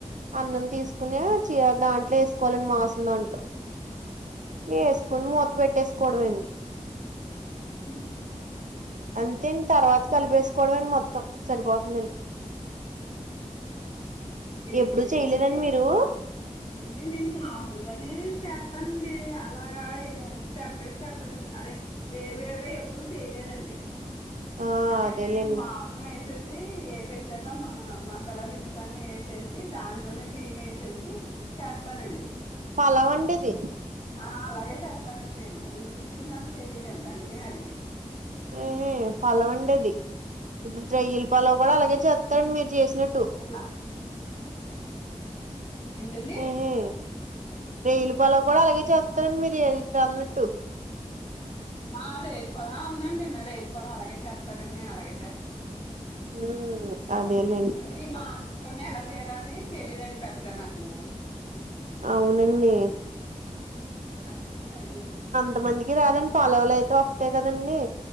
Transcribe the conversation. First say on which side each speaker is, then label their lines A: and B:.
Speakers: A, on the right (about 75°); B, on the left (about 50°).
A: అన్నం తీసుకునే చీ దాంట్లో వేసుకోవాలన్ మాసం దాంట్లో
B: అవునా
A: వేసుకుని
B: అలాగే అండి.
A: మూత పెట్టేసుకోవడమే అండి.
B: అంతేనా
A: ట్ అంతే అండి తర్వాత కలిపేసుకోవడమే అండి మొత్తం సరిపోతుందండి.
B: తేలిగ్గానే
A: ఎప్పుడు చెయలేదండి
B: ఉందండి
A: మీరు.
B: అంటే నేను మామూలుగానే చేస్తానండి, అలాగ ఎ సపరేట్ సపరేట్ అదే వేర్వేరుగా ఎప్పుడు చేయలేదండి.
A: ఆ
B: అంటే
A: అదేలేండి
B: నేను మాంసం ఎసేసి ఏపేసాక మా మ సాల దినుసులన్ని ఎసేసి దాంట్లోనే బియ్యం ఎసేసి చేస్తానండి.
A: పలావ్ అండియిది.
B: ఆ అలాగే చేస్తానండి నేను, ఇది నాకు తెలియదండి అందుకనె అడిగాను.
A: ఏ ఇది పలావ్ అండి ఇది. ఇప్పుడు రొయ్యలు పలావ్ కూడా అలాగే చేత్తాండి మీరు చేసినట్టు.
B: అల్లాగా ఏంటండి
A: ఏహే రొయ్యల పలావు కూడా అలాగే చేత్తారండి మీరు ఇప్పుడు అన్నట్టు.
B: ఆ రొయ్యలు పలావు అవునండి రొయ్యల పలావ్ అలాగే చేస్తారండి నేను అలాగే చేస్తాను.
A: ఉ అదేలేండి.
B: అంటే ఈ మాంసంతోనే ఎలా చేయ్యాలని తెలియదండి పెద్దగా నాకు.
A: అవునండి
B: అందుకనే అడిగానండి.
A: కొంతమందికి రాదండి పలావులు అయితే వత్తయి కదండి.